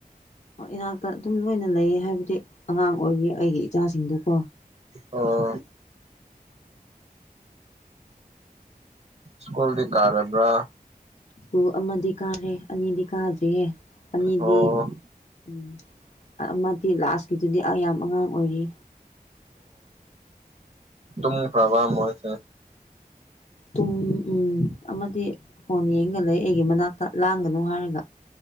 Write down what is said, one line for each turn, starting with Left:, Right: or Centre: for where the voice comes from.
Left: ꯏꯅꯥꯛꯇ ꯑꯗꯨꯝ ꯂꯣꯏꯅ ꯂꯩꯌꯦ ꯍꯥꯏꯕꯗꯤ ꯑꯉꯥꯡ ꯑꯣꯏꯔꯤ ꯑꯩꯒꯤ ꯏꯆꯥꯁꯤꯡꯗꯨꯀꯣ꯫
Right: ꯑꯣ꯫ ꯁ꯭ꯀꯨꯜꯗꯤ ꯀꯥꯔꯕꯔ꯫
Left: ꯁꯨ ꯑꯃꯗꯤ ꯀꯥꯔꯦ ꯑꯅꯤꯗꯤ ꯀꯥꯗ꯭ꯔꯤꯌꯦ ꯑꯅꯤꯗꯤ
Right: ꯑꯣ
Left: ꯎꯝ ꯑꯃꯗꯤ ꯂꯥꯁꯀꯤꯗꯨꯗꯤ ꯑ ꯌꯥꯝ ꯑꯉꯥꯡ ꯑꯣꯏꯔꯤ
Right: ꯑꯣ ꯈ꯭ꯔꯕ ꯃꯣꯏꯖꯨ꯫
Left: ꯇꯨꯡ ꯎꯝ ꯑꯃꯗꯤ ꯐꯣꯟ ꯌꯦꯡꯒ ꯂꯩ ꯑꯩꯒꯤ ꯃꯅꯥꯛꯇ ꯂꯥꯡꯒꯅꯨ ꯍꯥꯏꯔꯒ